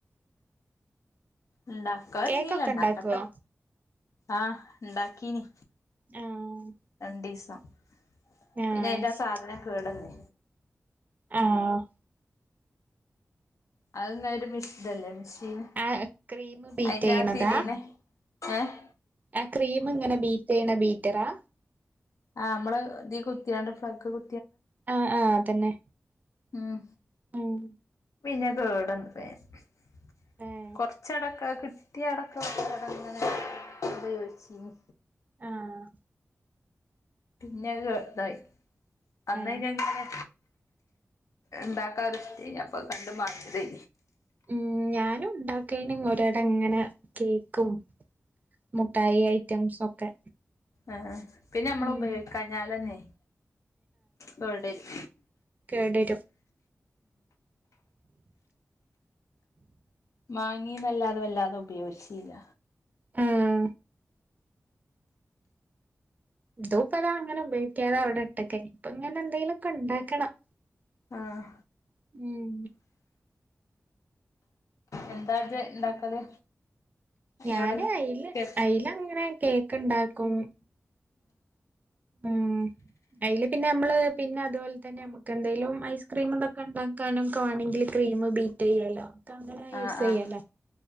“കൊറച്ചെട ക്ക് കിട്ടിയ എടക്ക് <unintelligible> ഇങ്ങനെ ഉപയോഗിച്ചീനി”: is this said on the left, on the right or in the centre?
Left